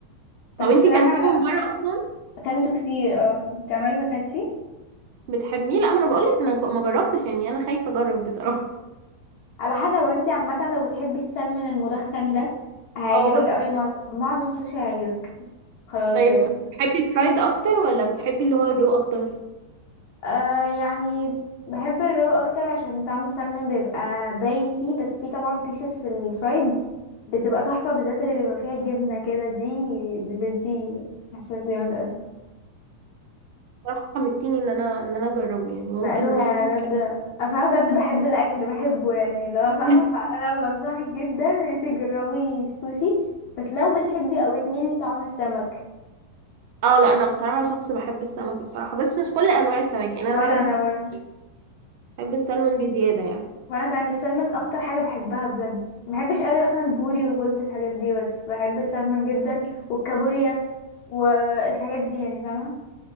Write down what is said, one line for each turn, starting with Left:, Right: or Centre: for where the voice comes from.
Right: طب
Left: بس
Right: انتي
Left: بصراحة
Right: كلتيه من بره اصلا
Left: اكلته كتير اه انت عمرك اكلتي
Right: بتحبيه لا ما انا بقولك انا ما جربتش يعني انا خايفه اجرب بصراحه
Left: على حسب وانتي عامة لو بتحبي السلمون المدخن ده هيعجبك
Right: <laughs> اه بحب
Left: قوي مع- معظم السوشي هيعجبك خلاص
Right: طيب
Left: كده
Right: بتحبي الفرايد اكتر ولا بتحبي اللي هو الرو اكتر
Left: آه يعني بحب الرو اكتر عشان طعم السلمون بيبقى باين فيه بس فيه طبعا بيسز في الفرايد بتبقى تحفة بالذات اللي بيبقى فيها جبنة كده دي بتدي احساس جامد قوي
Right: بصراحة حمستيني ان انا ان انا اجربه يعني ممكن
Left: مقلوها انا
Right: ممكن
Left: بجد اصل انا بجد بحب الاكل بحبه يعني لو فاهمه
Right: <laughs>
Left: فانا بنصحك جدا ان انت تجربي السوشي بس لو بتحبي او بتميلي لطعم السمك
Right: اه لا انا بصراحة شخص بحب السمك بصراحة بس مش كل انواع السمك يعني
Left: ولا
Right: انا بحب
Left: انا
Right: السمك
Left: برضه
Right: بحب السلمون بزيادة يعني
Left: وانا كمان السلمون اكتر حاجه بحبها بجد ما بحبش قوي اصلا البوري والبولت الحاجات دي بس بحب السلمون جدا والكابوريا والحاجات دي يعني فاهمه